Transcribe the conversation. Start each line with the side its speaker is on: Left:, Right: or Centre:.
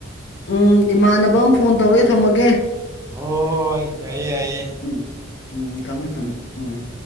Left: ꯎꯝ ꯏꯃꯥꯟꯅꯕ ꯑꯃ ꯐꯣꯟ ꯇꯧꯔꯑꯦ ꯊꯝꯃꯒꯦ
Right: ꯍꯣꯢ ꯌꯥꯏꯌꯦ ꯌꯥꯏꯌꯦ
Left: ꯎꯝ ꯎꯝ ꯊꯝꯃꯦ ꯊꯝꯃꯦ ꯎꯝ